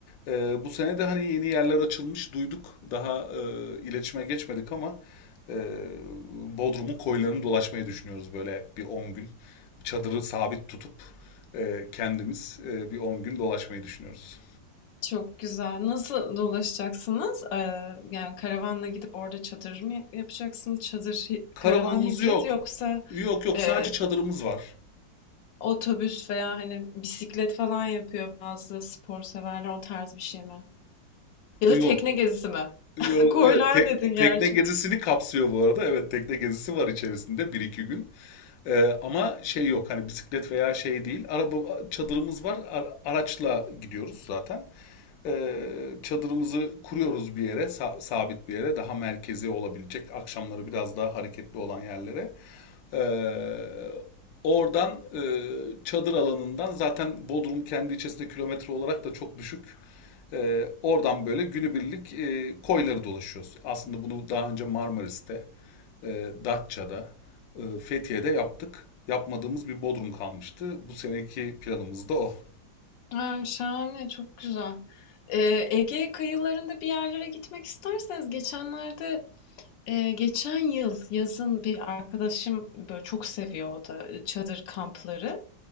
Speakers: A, on the left; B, on the left.
A: E, bu sene de hani yeni yerler açılmış duyduk. Daha e, iletişime geçmedik ama e, Bodrum'un koylarını dolaşmayı düşünüyoruz böyle bir 10 gün. Çadırı sabit tutup e, kendimiz e, bir 10 gün dolaşmayı düşünüyoruz.
B: Çok güzel. Nasıl dolaşacaksınız? Ee, yani karavanla gidip orada çadır mı yapacaksınız? Çadır, hi-
A: Karavanımız
B: karavan hibrit
A: yok.
B: yoksa
A: Yok yok
B: e,
A: sadece çadırımız var.
B: otobüs veya hani bisiklet falan yapıyor bazı spor severler o tarz bir şey mi? Ya
A: Yok.
B: da tekne gezisi mi?
A: Yok.
B: Koylar
A: evet, te-
B: dedin gerçi.
A: tekne gezisini kapsıyor bu arada. Evet tekne gezisi var içerisinde bir iki gün. Ee, ama şey yok hani bisiklet veya şey değil. Araba çadırımız var. Ar- araçla gidiyoruz zaten. Ee, çadırımızı kuruyoruz bir yere, sa- sabit bir yere, daha merkezi olabilecek, akşamları biraz daha hareketli olan yerlere. Ee, oradan e, çadır alanından zaten Bodrum kendi içerisinde kilometre olarak da çok düşük. Ee, oradan böyle günübirlik e, koyları dolaşıyoruz. Aslında bunu daha önce Marmaris'te, e, Datça'da, e, Fethiye'de yaptık. Yapmadığımız bir Bodrum kalmıştı. Bu seneki planımız da o.
B: Ha, şahane, çok güzel. Ee, Ege kıyılarında bir yerlere gitmek isterseniz geçenlerde e, geçen yıl yazın bir arkadaşım böyle çok seviyor o da çadır kampları.